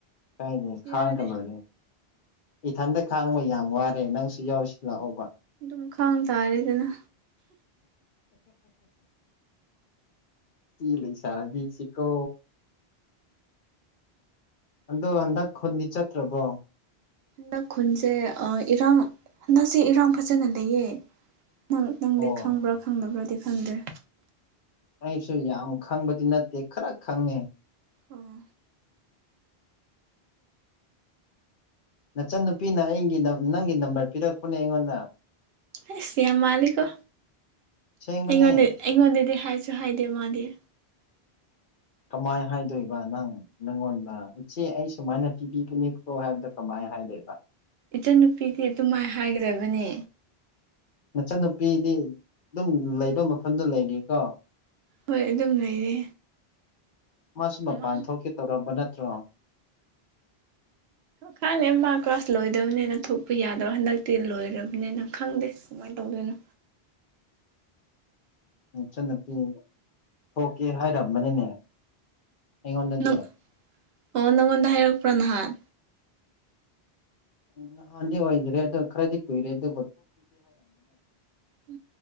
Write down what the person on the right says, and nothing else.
ꯌꯥꯔꯦ
ꯝ ꯈꯥꯡ ꯇꯔꯦꯗꯅ
ꯍꯟꯗꯛ ꯈꯨꯟꯁꯦ ꯏꯔꯥꯡ ꯍꯟꯗꯛꯁꯦ ꯏꯔꯥꯡ ꯐꯖꯅ ꯂꯩꯌꯦ ꯪ ꯅꯪꯗꯤ
ꯈꯪꯕ꯭ꯔꯥ ꯈꯪꯗꯕ꯭ꯔꯥꯗꯤ ꯈꯪꯗ꯭ꯔꯦ
ꯑꯣ
ꯑꯩꯁ ꯌꯥꯝ ꯃꯥꯜꯂꯤꯀꯣ
ꯑꯩꯉꯣꯟꯗ ꯑꯩꯉꯣꯟꯗꯗꯤ ꯍꯥꯏꯁ ꯍꯤꯗꯦ ꯃꯥꯜꯂꯤꯦ
ꯏꯆꯟꯅꯨꯄꯤꯗꯤ ꯑꯗꯨꯝꯃꯥꯏ ꯍꯥꯏꯈ꯭ꯔꯕꯅꯦ
ꯍꯣꯏ ꯑꯗꯨꯝ ꯂꯩꯔꯦ
ꯃꯥ
ꯈꯪꯉꯦ ꯃꯥ ꯀ꯭ꯂꯥꯁ ꯂꯣꯏꯗꯕꯅꯤꯅ ꯊꯣꯛꯄ ꯌꯥꯗꯕ ꯍꯟꯗꯛꯇꯤ ꯂꯣꯏꯔꯕꯅꯤꯅ ꯈꯪꯗꯦ ꯐ ꯇꯧꯗꯅ
ꯅꯪ ꯑꯣ ꯅꯪꯉꯣꯟꯗ ꯍꯥꯏꯔꯛꯄ꯭ꯔꯣ ꯅꯍꯥꯟ
ꯎ